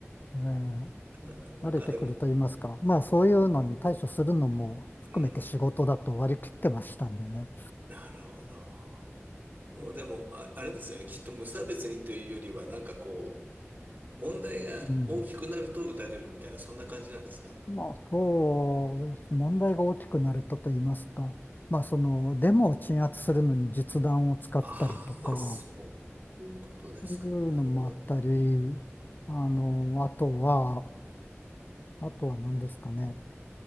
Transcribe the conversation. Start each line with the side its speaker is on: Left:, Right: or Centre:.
Left: ええ
Right: な、なんかでも、
Left: 慣れてくると言いますか。まあ、そういうのに対処するのも含めて仕事だと割り切ってましたんでね。
Right: うん。なるほど。もうでも、あ、あれですよね。きっと無差別にというよりは、なんかこう、問題が大きくなると打たれるみたいな、
Left: うん。
Right: そんな感じなんですか
Left: まあ、そうです。問題が大きくなるとと言いますか。まあ、その、デモを鎮圧するのに実弾を使ったりとか、
Right: ああそ
Left: そ
Right: ういうことですか。
Left: ういうのもあったり、
Right: なるほど。
Left: あの、あとは、あとは何ですかね。